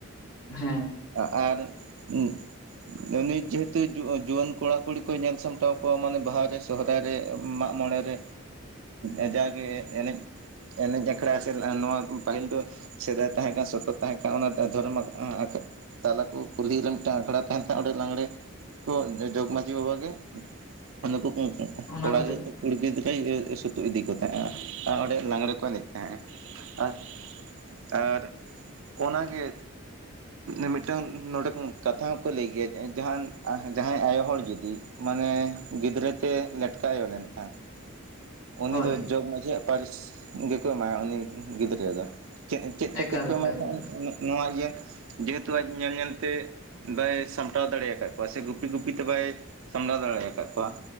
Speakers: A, on the left; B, on the right.
A: ᱦᱮᱸ
B: ᱟ ᱟᱨ <unintelligible> ᱩᱱᱤ ᱡᱮᱦᱮᱛᱩ ᱡᱩ ᱡᱩᱣᱟᱹᱱ ᱠᱚᱲᱟ ᱠᱩᱲᱤ ᱠᱚ ᱧᱮᱞ ᱥᱟᱢᱴᱟᱣ ᱠᱚᱣᱟ ᱢᱟᱱᱮ ᱵᱟᱦᱟ ᱨᱮ ᱥᱚᱦᱨᱟᱭ ᱨᱮ ᱢᱟᱜ ᱢᱚᱬᱮ ᱨᱮ ᱟ ᱡᱟᱜᱮ ᱮᱱᱮᱡ ᱮᱱᱮᱡ ᱟᱠᱷᱲᱟ ᱥᱮ ᱞᱟᱦᱟ ᱱᱚᱣᱟ ᱯᱟᱹᱦᱤᱞ ᱫᱚ ᱥᱮᱫᱟᱸᱭ ᱛᱟᱦᱮᱸ ᱠᱟᱱ ᱥᱚᱛᱚ ᱛᱟᱦᱮᱸ ᱠᱟᱱ ᱚᱱᱟ ᱴᱟᱜ ᱫᱷᱚᱨᱚᱢ ᱟᱸ ᱟᱠᱷ ᱛᱟᱞᱟ ᱠᱚ ᱠᱩᱞᱦᱤ ᱨᱮ ᱢᱤᱫᱴᱟᱝ ᱟᱠᱷᱲᱟ ᱛᱟᱦᱮᱱ ᱠᱷᱟᱡ ᱚᱸᱰᱮ ᱞᱟᱜᱽᱬᱮ ᱠᱚ ᱡᱚ ᱡᱚᱜᱽ ᱢᱟᱺᱡᱷᱤ ᱵᱟᱵᱟ ᱜᱮ ᱟᱨ ᱱᱩᱠᱩ ᱠᱩᱸᱻ ᱠᱩᱸᱻ
A: ᱚᱱᱟ
B: ᱠᱚᱲᱟ
A: ᱠᱚᱫᱚ
B: ᱜᱤᱫ ᱜᱤᱫᱽᱨᱟᱹᱭ ᱤᱭᱟᱹ ᱥᱩᱛᱩᱜ ᱤᱫᱤ ᱠᱚ ᱛᱟᱦᱮᱸᱜᱼᱟ ᱟᱨ ᱚᱸᱰᱮ ᱞᱟᱜᱽᱬᱮ ᱠᱚ ᱮᱱᱮᱡ ᱛᱟᱦᱮᱸᱜᱼᱟ ᱟᱨ ᱛᱟᱨ ᱚᱱᱟ ᱜᱮ ᱢᱤᱫᱴᱟᱝ ᱱᱚᱰᱮ ᱠᱟᱛᱷᱟ ᱦᱚᱸᱠᱚ ᱞᱟᱹᱭ ᱜᱮᱭᱟ ᱡᱟᱦᱟᱱ ᱡᱟᱦᱟᱸᱭ ᱟᱭᱚ ᱦᱚᱲ ᱡᱩᱫᱤ ᱢᱟᱱᱮ ᱜᱤᱫᱽᱨᱟᱹᱛᱮ ᱞᱮᱴᱠᱟ ᱟᱭᱚ ᱞᱮᱱᱠᱷᱟᱱ ᱩᱱᱤ
A: ᱦᱳᱭ
B: ᱫᱚ ᱡᱚᱜᱽ ᱢᱟᱺᱡᱷᱤᱭᱟᱜ ᱯᱟᱹᱨᱤᱥ ᱜᱮᱠᱚ ᱮᱢᱟᱭᱟ ᱩᱱᱤ ᱜᱤᱫᱽᱨᱟᱹ ᱫᱚ ᱪᱮᱫ ᱪᱮᱫ ᱠᱷᱟᱹᱛᱤᱨ
A: ᱮᱠᱟᱞ
B: ᱠᱚ
A: ᱮᱠᱟᱞ
B: ᱮᱢᱟᱭ ᱠᱷᱟᱱ
A: ᱮᱠᱟᱞ
B: ᱱᱚᱣᱟ ᱮ ᱡᱮᱦᱮᱛᱩ ᱟᱡ ᱧᱮᱞ ᱧᱮᱞᱛᱮ ᱵᱟᱭ ᱥᱟᱢᱴᱟᱣ ᱫᱟᱲᱮ ᱠᱟᱜ ᱠᱚᱣᱟ ᱥᱮ ᱜᱩᱯᱤ ᱜᱩᱯᱤᱛᱮ ᱵᱟᱭ ᱥᱟᱢᱲᱟᱣ ᱫᱟᱲᱮ ᱠᱟᱜ ᱠᱚᱣᱟ